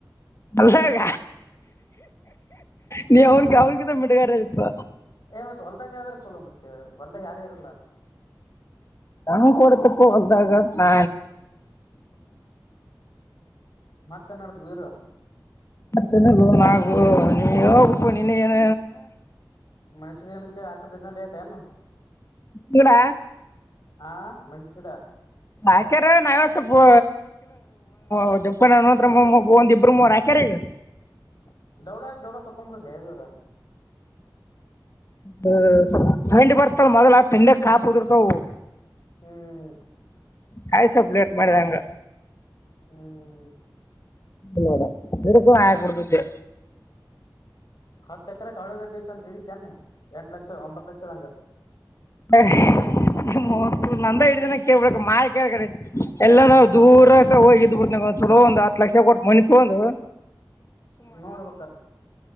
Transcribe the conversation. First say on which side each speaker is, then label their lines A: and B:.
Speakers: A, on the left; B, on the left.
A: ಅಲ್ಲಾಗ ನೀ ಅವ್ರಿಗೆ ಅವ್ರಗಂತ ಬಿಟಗಾರ ಇತ್ತು.
B: ಏ ಮತ್ ಹೊಲ್ದಾಗ ಆದದಾರ ಚಲೋ ಮತ್ತೆ ಹೊಲ್ದಾಗ ಯಾರು ಇರಲ್ಲ.
A: ನಾಾನ ಕೂಡತಪ್ಪ್ದಾಗ ನಾ
B: ಮತನಾಡ್ದ್ವಿರ.
A: ಮತ್ತಗ ನಗು ನೀ ಹೋಗು ನಿನ್ನ ಏನ
B: ಮನ್ಸಿಗೆ ಮನ್ಸಗೆ ಹಾಕದನ ಲೇಟ್ ಏನು.
A: ಇಲ್ಲ
B: ಹಾ ಮೆಣ್ಸ ಗಿಡ.
A: ಆಚಾರ ನಾವೇ ಸ್ವಲ್ಪ ಆಲಂಪಾನಂ <unintelligible> ಒಂದ ಇಬರು ಮೂವರ ಹಕ್ಯಾರಿಗ
B: ದೌಡಕ ದೌಡ ತಕೊಂಬಡೆಲ್ಲಿ ಬೀರ.
A: ಹ ಸ್ವಲ್ ತಂಡಿ ಬರ್ತದ ಮೊದಲ ಆ ತಿಂಡಕ್ ಕಾಪದಿರ್ತಾವ
B: ಹ್ಮ್.
A: ಕಾಯ್ ಸ್ವಪ್ ಲೇಟ್ ಮಾಡಿದಂಗ
B: ಹ್ಮ್.
A: ನೋಡ ಬರಕು ಹ ಕುಡ್ತಿದ್ದೆ
B: ಹತ್ತ ಎಕರೆ ಕಾವಳಿಗದೇ ಐತೆ ಅಂತ ಹಿಡಿತನ್ ಎಂಟು ಲಕ್ಷದ ಒಂಬತ್ತು ಲಕ್ಷದಗ
A: ಹ ನಂದ ಇಡ್ದನ ಕೇಳ್ಬಬೇಕ್ ಮಾರಿ ಕೇಳ್ರಿ ಎಲ್ಲ ನಾವು ದೂರ ಹೋಗಿ ಇದ್ ಬಿಡ್ತೀನಿ ಒಂದ್ ಹತ್ ಲಕ್ಷ ಕೊಟ್ಟ ಮನಿ ತಗೊಂಡು
B: ನೋಡ್ಬೇಕಾರ